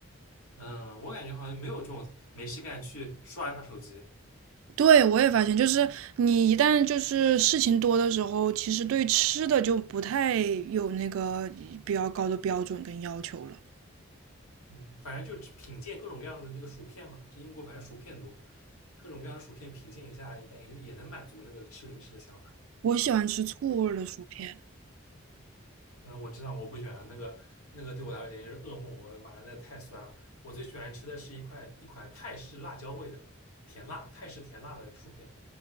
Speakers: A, on the left; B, on the right.
A: 嗯，我感觉好像没有这种没事干去刷一刷手机。
B: 对，我也发现，就是你一旦就是事情多的时候，其实对吃的就不太有那个比较高的标准跟要求了。
A: 嗯，反正就品鉴各种各样的这个薯片嘛，这英国反正薯片多，各种各样的薯片品鉴一下，感觉就也能满足那个吃零食的想法。
B: 我喜欢吃醋味儿的薯片，
A: 嗯，我知道我不喜欢那个那个对我来说简直是噩梦，我的妈，那太酸了。我最喜欢吃的是一块一款泰式辣椒味的甜辣泰式甜辣的薯片，